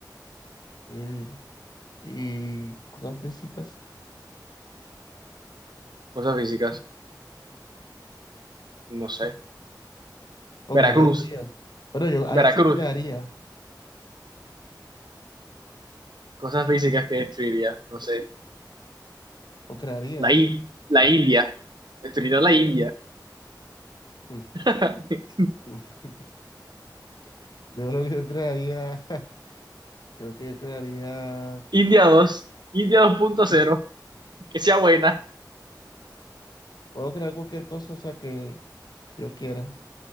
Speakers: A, on the left; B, on the right.
A: eh, y cosas físicas.
B: Cosas físicas, no sé.
A: ¿O
B: Veracruz,
A: qué crearías? Bueno, yo ahí
B: Veracruz.
A: sí crearía.
B: Cosas físicas que destruiría, no sé.
A: ¿O crearías?
B: La, I- la India. Destruiría la India.
A: Mm,
B: <laughs>
A: mm. <laughs> Yo creo que yo crearía, <laughs> creo que yo crearía,
B: India dos India dos punto cero
A: <laughs>
B: que sea buena.
A: puedo crear cualquier cosa, o sea, que yo quiera.